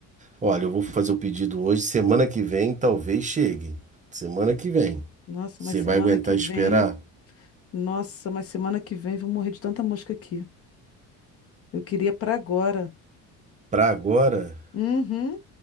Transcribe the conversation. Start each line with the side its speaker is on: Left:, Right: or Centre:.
Right: Olha, eu vou fazer o pedido hoje. Semana que vem talvez chegue. Semana que vem.
Left: Nossa,
Right: Você
Left: mas semana
Right: vai aguentar
Left: que vem.
Right: esperar?
Left: Nossa, mas semana que vem vou morrer de tanta mosca aqui. Eu queria pra agora.
Right: Pra agora?
Left: Uhum,